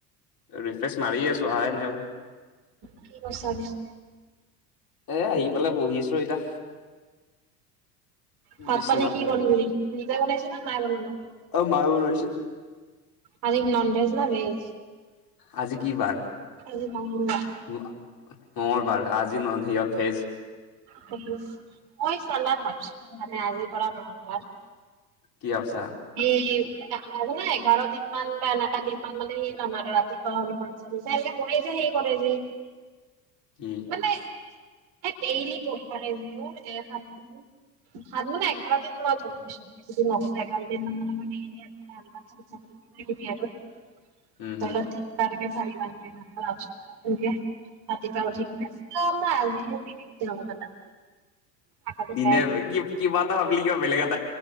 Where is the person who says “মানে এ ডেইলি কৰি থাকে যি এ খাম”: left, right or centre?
Right